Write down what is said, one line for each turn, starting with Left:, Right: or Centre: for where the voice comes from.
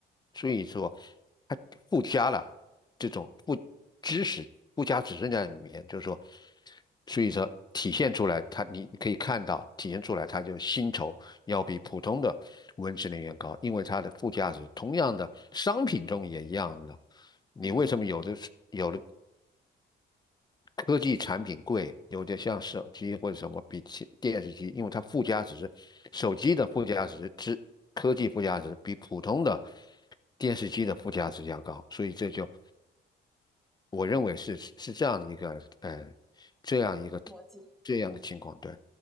Left: 所以说，它附加了这种不知识附加指认在里面，就是说，所以说体现出来它，你可以看到体现出来，它就薪酬要比普通的文职人员高，因为它的附加值，同样的商品中也一样的，你为什么有的有的？
Centre: 嗯，
Left: 科技产品贵，有点像手机或者什么比起电视机，因为它附加值，手机的附加值之科技附加值比普通的电视机的附加值要高，所以这就我认为是是这样一个呃这样一个
Centre: 逻辑，
Left: 这样的情况，
Centre: 对。
Left: 对，